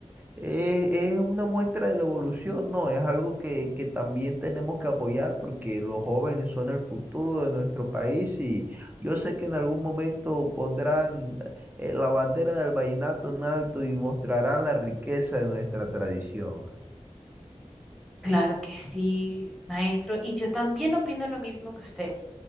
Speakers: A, on the right; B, in the centre.
A: eh, es una muestra de la evolución, ¿no? Es algo que, que también tenemos que apoyar porque los jóvenes son el futuro de nuestro país y yo sé que en algún momento pondrán eh, la bandera del vallenato en alto y mostrarán la riqueza de nuestra tradición.
B: Claro que sí, maestro, y yo también opino lo mismo que usted.